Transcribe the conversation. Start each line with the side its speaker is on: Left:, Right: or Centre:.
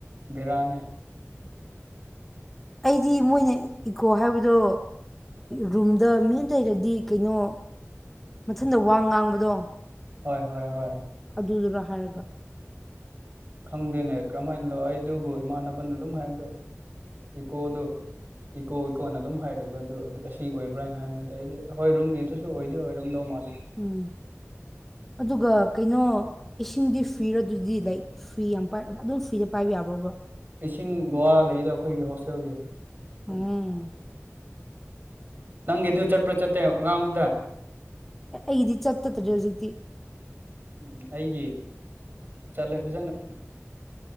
Right: ꯕꯦꯔꯥꯅꯦ
Centre: ꯑꯩꯗꯤ ꯃꯣꯏꯅ ꯏꯒꯣ ꯍꯥꯏꯕꯗꯣ ꯔꯨꯝꯗ ꯃꯤ ꯑꯃꯇ ꯂꯩꯔꯗꯤ ꯀꯩꯅꯣ ꯃꯊꯟꯇ ꯋꯥ ꯉꯥꯡꯕꯗꯣ
Right: ꯍꯣꯏ ꯍꯣꯏ ꯍꯣꯏ
Centre: ꯑꯗꯨꯗꯨꯔ ꯍꯥꯏꯔꯒ
Right: ꯈꯪꯗꯦꯅꯦ ꯀꯔꯝꯍ ꯍꯥꯏꯅ ꯂꯣ ꯑꯩꯗꯨꯕꯨ ꯏꯃꯥꯟꯅꯕꯅ ꯑꯗꯨꯝ ꯍꯥꯏꯕꯗꯨꯣ ꯏꯀꯣꯗꯨ ꯏꯀꯣ ꯏꯀꯣꯅ ꯑꯗꯨꯝ ꯍꯥꯏꯔꯤꯕ ꯑꯗꯨ ꯑꯁꯤ ꯑꯣꯏꯕ꯭ꯔꯥ ꯍꯥꯏꯅ ꯍꯥꯏꯕꯅꯗ ꯑꯩꯗꯤ ꯍꯣꯏ ꯔꯨꯝꯒꯤꯗꯨꯁꯨ ꯑꯣꯏꯗꯤ ꯑꯣꯏꯔꯝꯗꯧ ꯃꯥꯜꯂꯦ
Centre: ꯎꯝ ꯑꯗꯨꯒ ꯀꯩꯅꯣ ꯏꯁꯤꯡꯗꯤ ꯐ꯭ꯔꯤ ꯑꯗꯨꯗꯤ ꯂꯩ ꯐ꯭ꯔꯤ ꯌꯥꯝ ꯄꯥꯏ ꯑꯗꯨꯝ ꯐ꯭ꯔꯤꯗ ꯄꯥꯏꯕ ꯌꯥꯔꯣꯕ
Right: ꯏꯁꯤꯡ ꯒꯣꯋꯥ ꯂꯩꯗ ꯑꯩꯈꯣꯏꯒꯤ ꯍꯣꯁꯇꯦꯜꯗꯤ
Centre: ꯎꯝ
Right: ꯅꯪꯒꯤꯗꯨ ꯆꯠꯄ꯭ꯔꯥ ꯆꯠꯇꯦ ꯉꯥꯡꯉꯨꯗ
Centre: ꯑꯦ ꯑꯩꯗꯤ ꯆꯠꯇꯗ꯭ꯔꯦ ꯍꯧꯖꯤꯛꯇꯤ
Right: ꯝ ꯑꯩꯒꯤ ꯆꯠꯂꯦ ꯐꯖꯅ